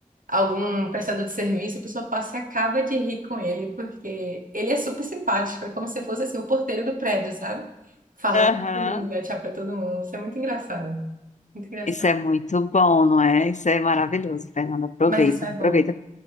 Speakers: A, on the right; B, on the left.
A: algum prestador de serviço, a pessoa passa e acaba de rir com ele, porque ele é super simpático, é como se fosse assim, o porteiro do prédio, sabe? Fala
B: aham.
A: com todo mundo, dá tchau pra todo mundo. Isso é muito engraçado, muito engraçado.
B: Isso é muito bom, não é? Isso é maravilhoso, Fernanda. Aproveita,
A: Mas isso é
B: aproveita,
A: bom.